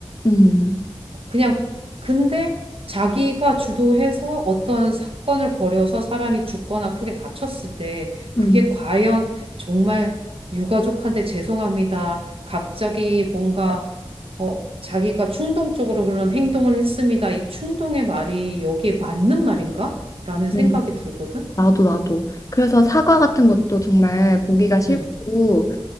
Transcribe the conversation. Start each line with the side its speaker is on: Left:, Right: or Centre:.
Left: 음,
Right: 그냥 근데 자기가 주도해서 어떤 사건을 벌여서 사람이 죽거나 크게 다쳤을 때 그게
Left: 음,
Right: 과연 정말 유가족한테 죄송합니다. 갑자기 뭔가 어 자기가 충동적으로 그런 행동을 했습니다. 이 충동의 말이 여기에 맞는 말인가? 라는 생각이
Left: 음,
Right: 들거든.
Left: 나도, 나도. 그래서 사과 같은 것도 정말 보기가 싫고.
Right: 응,